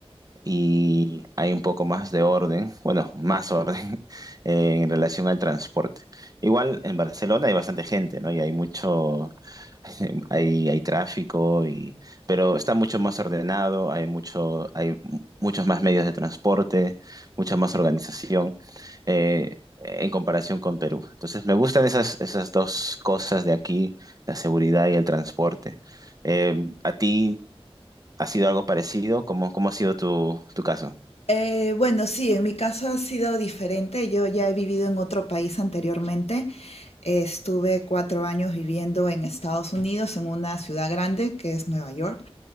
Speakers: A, on the right; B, on the left.
A: y hay un poco más de orden, bueno, más orden <laughs> en relación al transporte. Igual en Barcelona hay bastante gente, ¿no? Y hay mucho, <laughs> hay, hay tráfico, y, pero está mucho más ordenado, hay mucho, hay mu- muchos más medios de transporte, mucha más organización eh, en comparación con Perú. Entonces me gustan esas, esas dos cosas de aquí, la seguridad y el transporte. Eh, ¿a ti ¿Ha sido algo parecido? ¿Cómo, cómo ha sido tu, tu caso?
B: Eh, bueno, sí, en mi caso ha sido diferente. Yo ya he vivido en otro país anteriormente. Eh, Estuve cuatro años viviendo en Estados Unidos, en una ciudad grande que es Nueva York.